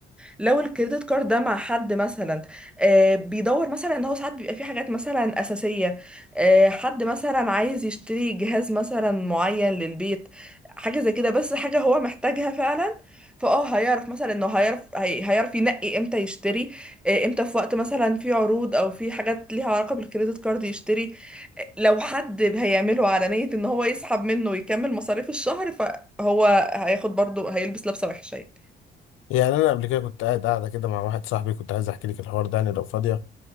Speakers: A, in the centre; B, on the left.
A: لو الكريدت كارد ده مع حد مثلا آه، بيدور مثلا ان هو ساعات بيبقى فيه حاجات مثلا اساسيه آه، حد مثلا عايز يشتري جهاز مثلا معين للبيت حاجه زي كده بس حاجه هو محتاجها فعلا فاه هيعرف مثلا انه هيعرف هي- هيعرف ينقي امتى يشتري آه، امتى في وقت مثلا في عروض او في حاجات ليها علاقه بالكريدت كارد يشتري آه، لو حد هيعمله على نيه ان هو يسحب منه ويكمل مصاريف الشهر فهو هياخد برضه هيلبس لبسه وحشه يعني.
B: يعني انا قبل كده كنت قاعد قاعده كده مع واحد صاحبي كنت عايز احكي لك الحوار ده يعني لو فاضيه